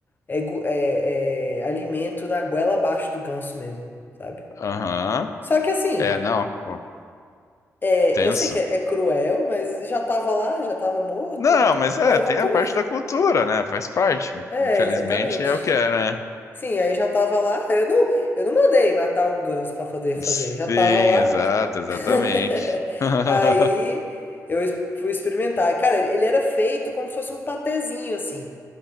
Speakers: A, on the left; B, on the left.
A: é, gu- é, é, alimento na goela abaixo do ganso mesmo, sabe?
B: Aham.
A: Só que assim,
B: É, não, pô,
A: é,
B: tenso.
A: eu sei que é, é cruel, mas já tava lá, já tava morto,
B: Não,
A: então
B: mas é,
A: pô, eu
B: tem
A: vou comer.
B: a parte da cultura, né? Faz parte.
A: É,
B: Infelizmente
A: exatamente.
B: é o que é, né?
A: Sim, aí já tava lá. Eu não, eu não mandei matar um ganso pra fazer fazer,
B: Sim,
A: já tava lá.
B: exato, exatamente.
A: <laughs>
B: <laughs>
A: Aí eu es- fui experimentar. Cara, ele era feito como se fosse um patezinho assim.